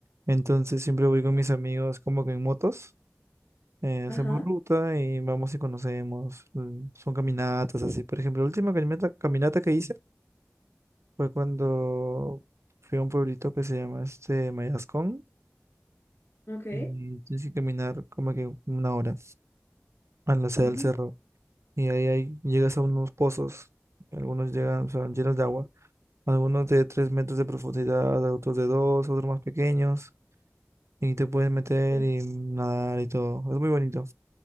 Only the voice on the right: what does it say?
Entonces siempre voy con mis amigos como que en motos. eh, hacemos
ruta y vamos y conocemos. mm, Son caminatas así. Por ejemplo, la última caminata, caminata que hice Fue cuando fui a un pueblito que se llama este Mayascón
y tienes que caminar como que una hora a la sede
del cerro. Y ahí, ahí llegas a unos pozos, algunos llegan, son llenos de agua, algunos de 3 metros de profundidad, otros de dos otros más pequeños. Y te puedes meter
y nadar y todo. Es muy bonito.